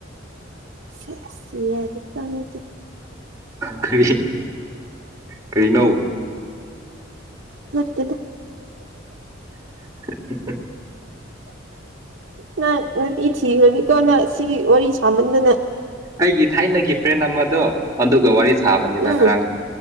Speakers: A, on the right; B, on the right.
A: ꯁꯦꯁ ꯌꯥꯗꯦꯀꯣ ꯃꯤꯗꯤ
B: ꯀꯔꯤ ꯀꯔꯤꯅꯧ
A: ꯇꯗ
B: <inaudible>
A: ꯅꯪ ꯅꯨꯄꯤ ꯊꯤꯈ꯭ꯔꯅꯤꯀꯣ ꯅꯪ ꯁꯤꯒꯤ ꯋꯥꯔꯤ ꯇꯃꯟꯗꯅ
B: ꯑꯩꯒꯤ ꯊꯥꯏꯅꯒꯤ ꯐ꯭ꯔꯦꯟ ꯑꯃꯗꯣ ꯑꯗꯨꯒ ꯋꯥꯔꯤ ꯊꯥꯕꯅꯤꯗ
A: ꯎꯝ
B: ꯉꯔꯥꯡꯗꯣ